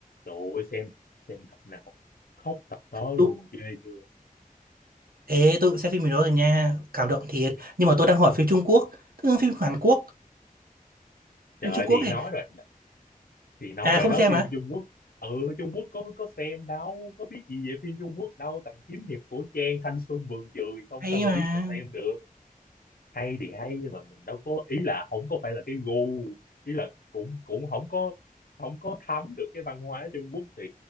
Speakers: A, on the left; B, on the right.
A: Trời ơi xem xem tập nào khóc tập đó luôn
B: Tôi-
A: ghê chưa
B: Ê, tôi cũng xem phim gì đó rồi nha, cảm động thiệt. Nhưng mà tôi đang hỏi phim Trung Quốc, tức là phim Hàn Quốc,
A: trời
B: phim
A: ơi,
B: Trung Quốc
A: thì
B: ấy.
A: nói rồi thì nói
B: À
A: rồi
B: không
A: đó
B: xem
A: phim
B: á,
A: Trung Quốc ừ Trung Quốc có có xem đâu có biết gì về phim Trung Quốc đâu toàn kiếm hiệp cổ trang thanh xuân vườn trường không
B: hay
A: sao mà
B: mà.
A: biết mà xem được hay thì hay nhưng mà mình đâu có ý là không có phải là cái gu ý là cũng cũng không có không có thấm được cái văn hóa Trung Quốc thì